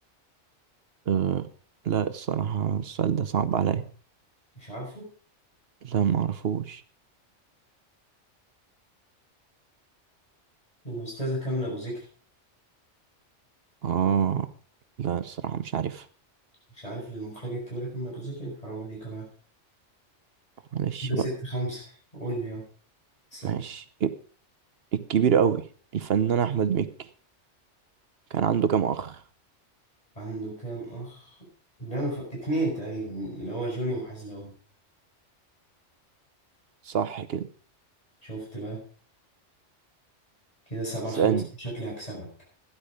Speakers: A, on the right; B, on the left.
A: أه لا الصراحة السؤال ده صعب عليا
B: مش عارفه
A: لا معرفوش
B: الأستاذة كاملة أبو ذكري
A: اه لا الصراحة مش عارف
B: مش عارف المخرجة الكبيرة كام أبو زكي حرام عليك بقى
A: معلش
B: كده ست
A: بقى
B: خمسة قول لي يلا ثانية
A: ماشي ال- الكبير قوي الفنان أحمد مكي كان عنده كام أخ
B: عنده كام أخ اللي أنا ف... اتنين تقريبا اللي هو جوني وحزلقون
A: صح كده
B: شفت بقى كده سبعة
A: تسألني
B: خمسة شكلي هكسبك